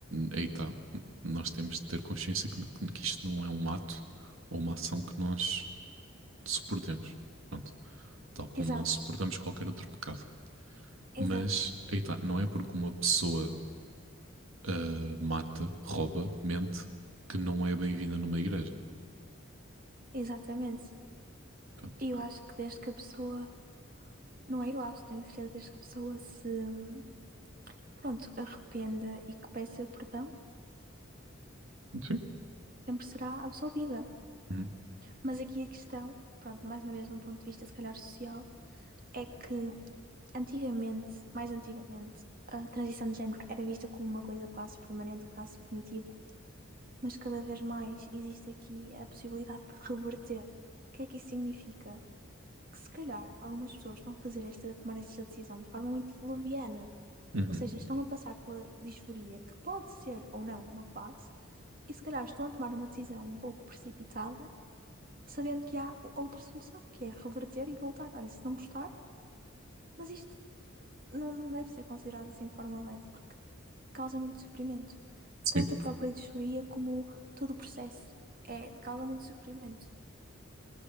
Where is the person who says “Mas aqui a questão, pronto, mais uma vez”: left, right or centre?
Right